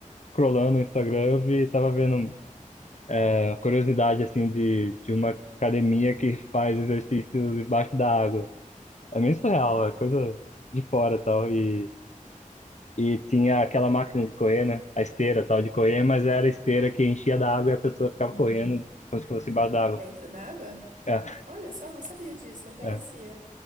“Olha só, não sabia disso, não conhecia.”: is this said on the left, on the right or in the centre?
Right